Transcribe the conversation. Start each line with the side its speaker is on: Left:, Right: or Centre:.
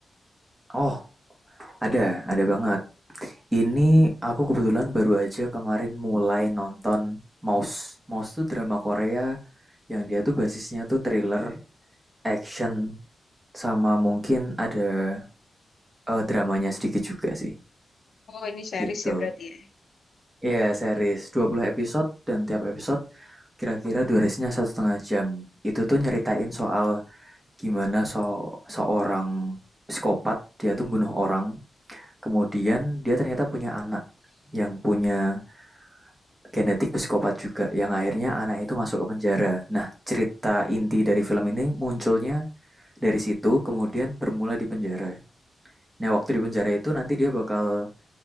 Right: Oh, ada, ada banget. Ini aku kebetulan baru aja kemarin mulai nonton Mouse. Mouse tuh drama Korea yang dia tuh basisnya tuh thriller, action, sama mungkin ada eh, dramanya sedikit juga sih.
Left: Oh ini series
Right: Gitu.
Left: ya berarti ya.
Right: Iya, series 20 episode dan tiap episode kira-kira durasinya satu setengah jam. Itu tuh nyeritain soal gimana so seorang psikopat dia tuh bunuh orang Kemudian dia ternyata punya anak yang punya genetik psikopat juga, yang akhirnya anak itu masuk ke penjara. Nah, cerita inti dari film ini munculnya dari situ, kemudian bermula di penjara. Nah, waktu di penjara itu nanti dia bakal